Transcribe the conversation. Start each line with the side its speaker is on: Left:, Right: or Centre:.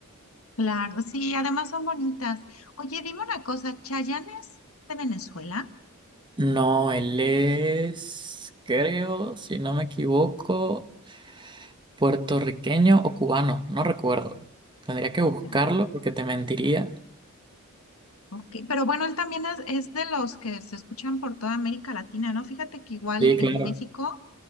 Left: Claro, sí, además son bonitas. Oye, dime una cosa, ¿Chayanne es de Venezuela?
Right: No, él es, creo, si no me equivoco, puertorriqueño o cubano, no recuerdo. Tendría que
Left: allá.
Right: buscarlo porque te mentiría.
Left: ya, ok. Pero bueno, él también es, es de los que se escuchan por toda América Latina, ¿no? Fíjate que igual
Right: Sí, claro.
Left: en México,